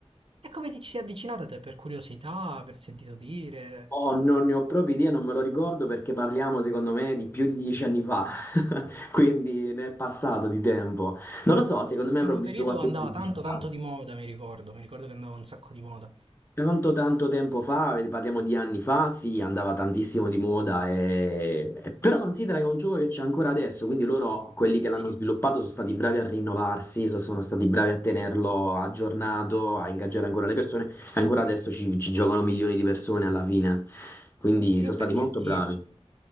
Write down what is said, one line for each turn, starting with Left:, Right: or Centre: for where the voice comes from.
Right: E come ti ci sei avvicinata te? Per curiosità, per sentito dire?
Left: Oh, non ne ho proprio idea, non me lo ricordo perché parliamo, secondo me, di più di dieci anni fa, <laughs> quindi ne è passato di tempo. Non lo so, secondo me
Right: Che
Left: avrò
Right: un
Left: visto
Right: periodo
Left: qualche
Right: andava
Left: pubblicità.
Right: tanto tanto di moda, mi ricordo, mi ricordo che andava un sacco di moda.
Left: Tanto tanto tempo fa, parliamo di anni fa, sì, andava tantissimo di moda, e... e- però considera che è un gioco che c'è ancora adesso, quindi loro, quelli che
Right: Eh
Left: l'hanno
Right: sì,
Left: sviluppato, sono stati bravi a rinnovarsi, so- sono stati bravi a tenerlo aggiornato, a ingaggiare ancora le persone, ancora adesso ci, ci giocano milioni di persone alla fine, quindi sono
Right: io
Left: stati
Right: per
Left: molto
Right: dirti,
Left: bravi.